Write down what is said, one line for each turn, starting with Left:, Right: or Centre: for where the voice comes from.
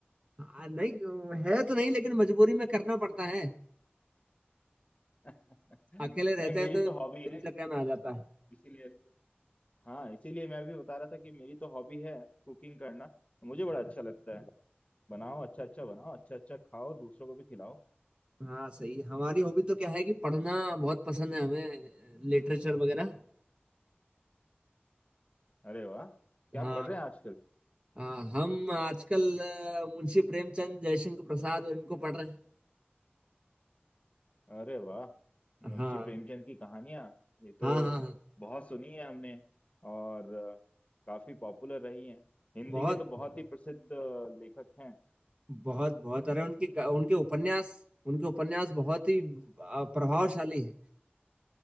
Right: हाँ नहीं है तो नहीं लेकिन मजबूरी में करना पड़ता है
Left: <laughs>
Right: अकेले रहते
Left: नहीं मेरी
Right: हैं तो
Left: तो
Right: दिनचर्या
Left: हॉबी है इस-
Right: में आ जाता है
Left: इसीलिए हाँ इसीलिए मैं भी बता रहा था कि मेरी तो हॉबी है कुकिंग करना मुझे बड़ा अच्छा लगता है बनाओ अच्छा अच्छा बनाओ अच्छा अच्छा खाओ दूसरों को भी खिलाओ
Right: हाँ सही हमारी हॉबी तो क्या है कि पढ़ना बहुत पसंद है हमें लिटरेचर वगैरह
Left: अरे वाह क्या
Right: हाँ
Left: पढ़ रहे हैं आजकल
Right: हाँ हम आजकल अ, मुंशी प्रेमचंद जयशंकर प्रसाद और इनको पढ़ रहे हैं
Left: अरे वाह मुंशी
Right: हाँ
Left: प्रेमचंद की कहानियां ये तो
Right: हाँ हाँ हाँ
Left: बहुत सुनी है हमने और अ, काफी पॉपुलर रही हैं हिंदी
Right: बहुत
Left: के तो बहुत ही प्रसिद्ध अ, लेखक हैं
Right: बहुत बहुत अरे उनकी उनके उपन्यास उनके उपन्यास बहुत ही अ, प्रभावशाली है